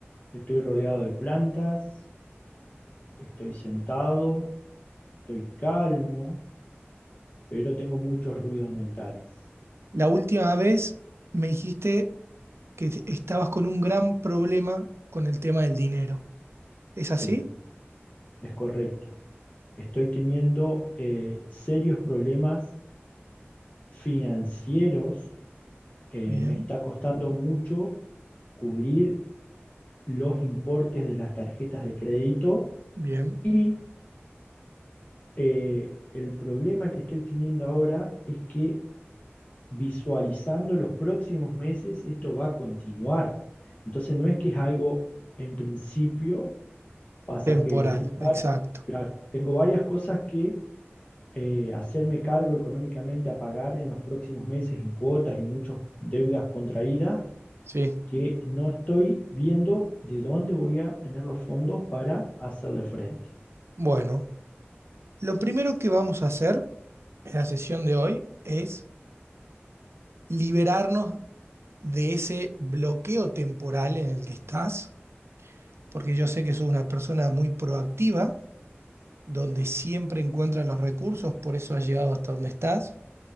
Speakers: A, on the left; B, on the right.
A: estoy rodeado de plantas, estoy sentado, estoy calmo pero tengo muchos ruidos mentales.
B: la última vez me dijiste que te- estabas con un gran problema con el tema del dinero. ¿Es
A: Sí,
B: así?
A: es correcto. Estoy teniendo eh, serios problemas financieros. Eh,
B: Bien,
A: me está costando mucho cubrir los importes de las tarjetas de crédito
B: bien.
A: y eh, el problema que estoy teniendo ahora es que visualizando los próximos meses esto va a continuar. Entonces no es que es algo en principio pasajero.
B: Temporal,
A: Tengo,
B: exacto.
A: vari- claro, tengo varias cosas que eh, hacerme cargo económicamente a pagar en los próximos meses en cuotas y muchas deudas contraídas
B: Sí.
A: que no estoy viendo de dónde voy a tener los fondos para hacerle frente.
B: Bueno, lo primero que vamos a hacer en la sesión de hoy es liberarnos de ese bloqueo temporal en el que estás, porque yo sé que sos una persona muy proactiva, donde siempre encuentras los recursos, por eso has llegado hasta donde estás.